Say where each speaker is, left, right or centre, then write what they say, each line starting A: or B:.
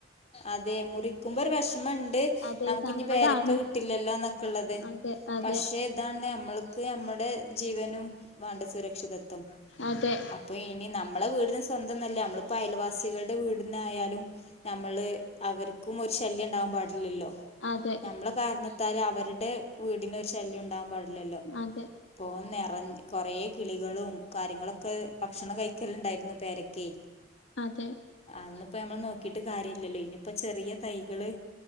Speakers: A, on the left; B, on the left.
A: അതെ മുറിക്ക് ക്കുമ്പോ ഒരു വിഷമുണ്ട്
B: അതെ
A: നമുക്ക്
B: സങ്കടാണ്
A: ഇനി പേരൊക്കെ കിട്ടില്ലല്ലോന്നൊക്കെള്ളത്
B: അതെ അതെ
A: പക്ഷേ അതാണ് നമ്മൾക്ക് നമ്മുടെ ജീവനും വേണ്ടത് സുരക്ഷിതത്വം
B: അതെ
A: അപ്പൊ ഇനി ന നമ്മളെ വീടും സ്വന്തംല്ല നമ്മളിപ്പോ അയൽവാസികളുടെ വീടന്നായാലും നമ്മള് അവർക്കും ഒരു ശല്യംണ്ടകാൻ പാടില്ലല്ലോ
B: അതെ
A: നമ്മള കാരണത്താൽ അവരുടെ വീടിനരു ശല്യം ഉണ്ടാവാൻ പാടി
B: അതെ
A: പോ <inaudible> കൊറെ കിളികളും കാര്യങ്ങളൊക്കെ ഭക്ഷണം കഴിക്കലുണ്ടായിരുന്നു പേരക്ക്
B: അതെ
A: ഇന്ന ഇപ്പോ നമ്മൾ നോക്കിട്ട് കാര്യമല്ലല്ലോ ഇനിയിപ്പ ചെറിയ തൈകള്